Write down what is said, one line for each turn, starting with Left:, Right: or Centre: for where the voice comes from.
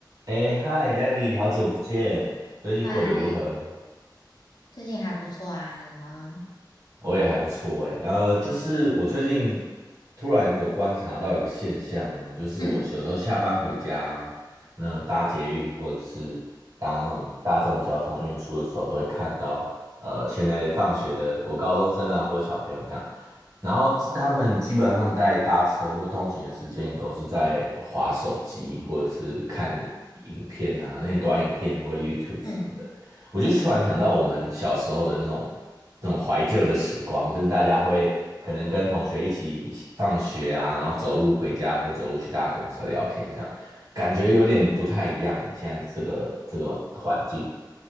Right: 哎，嗨，Ellie，好久不见，最近过得如何？
Left: 嗨，最近还不错啊，你呢？
Right: 我也还不错哎，呃，就是我最近突然有观察到一个现象啊，就是我有时候下班回家，
Left: 嗯
Right: 那搭捷运或者是搭那种大众交通运输的时候，都会看到，呃，现在放学的国高中生啊，或小朋友这样，然后这他们基本上在搭车或通勤的时间，都是在划手机或者是看影片啊，那些短影片或 YouTube
Left: 嗯，
Right: 什么的。我就突然想到我们小时候的那种那种怀旧的时光，就是大家会可能跟同学一起放学啊，然后走路回家或走路去搭公车聊天，这样感觉有点不太一样欸现在这个这个环境。